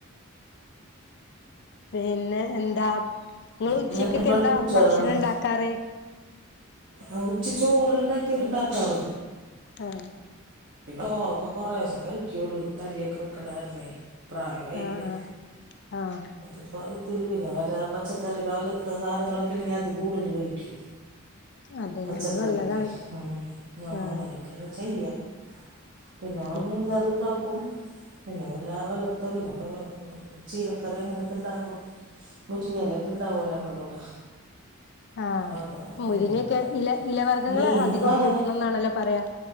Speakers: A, on the left (about 55°); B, on the right (about 55°).
A: പിന്നെ എന്താ ങ്ങള് ഉച്ചക്കൊക്കെ
B: പിന്നെ പെൺകുട്ടികളാണ്
A: എന്താ ഭക്ഷണം ഉണ്ടാക്കാറ്.
B: ആ ഉച്ച ചോറ് ഉണ്ടാക്കി ഉണ്ടാക്കാറ്
A: ആ
B: ചോറൊക്കെ കൊറേശെ കഴിക്കൊള്ളു തടിയൊക്കെ വെക്കണ കാരണെ. പ്രായോആയില്ലേ.
A: ആഹ് ആഹ് ആഹ്
B: ഇപ്പ ഇത്തിരി പിന്ന വല്ല പച്ചക്കറിടെ വല്ല സാധനങ്ങളൊക്കെ ഉണ്ടെങ്കിൽ അത് കൂടുതലു കഴിക്കും.
A: അതെ
B: പച്ചക്കറിയൊക്കെ,
A: അത് നല്ലതാണ്
B: ഉം ആ
A: ആഹ്
B: അങ്ങനെയൊക്കെ അങ്ങ് ചെയ്യ പിന്നെ ഞാന്മീൻകറി
A: ഉം
B: ണ്ടാക്കും. പിന്നെ വല്ലാ <unintelligible> പിന്നെപ്പോ ചീരക്കറി അങ്ങനെയൊക്കെ ഇണ്ടാക്കും മുരിങ്ങല ക്കെണ്ടാവോലോ നമ്മളോടെ.
A: ആഹ്,
B: സാധാ
A: മുരിങ്ങെക്കെ
B: അങ്ങനൊക്കെ
A: ഇല ഇലവർഗ്ഗങ്ങള്ൾ
B: മീനൊന്നും
A: അധികം
B: അങ്ങനെ
A: കൂട്ടണം ന്നാണല്ലോ പറയാ.